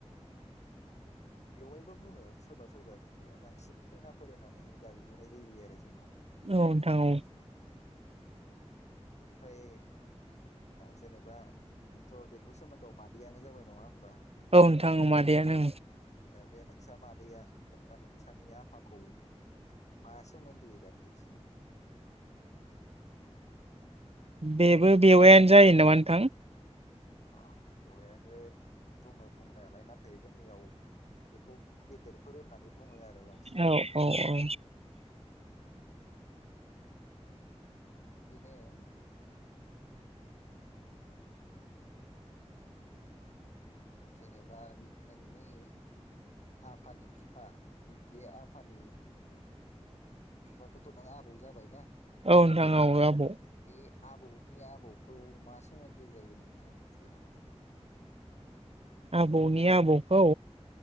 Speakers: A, on the left; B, on the right.
A: <inaudible> बेवायबो बुङो सोरबा सोरबा बिदिनो बांसिन खैनाफोर होननानै गागज्रिनाय जायो आरो जोंनाव
B: औ नोंथां औ।
A: बिनिफ्राय जेनेबा नोंथ' बेखौ सोमोन्दोआव मादैयानो जाबाय नङा होमबा?
B: औ नोंथाङो मादैयानो
A: जेनबा बे नोंस मादैया जेनेबा नोंसानि आफाखौ मा सोमोन्दोयै गाबज्रियो बिसिनिया
B: बेबो बेवाइयानो जायो नामा नोंथां?
A: अ बेवहाय आरो बुङो बुंनायालाय नाथाय जोंनियाव बेखौ गेदेरफोर होननानै बुङो आरो आं
B: औ औ औ।
A: बिदिनो जेनेबा नोंनि आफानि बिफा बे आफानि बिफारखौथ' नों आबौ जाबायना।
B: औ नोंथां औ आबौ।
A: बे आबौनि आबौखौ मा सोमोन्दो जायो नोंथाङा मिथियो नामा?
B: आबौनि आबौखौ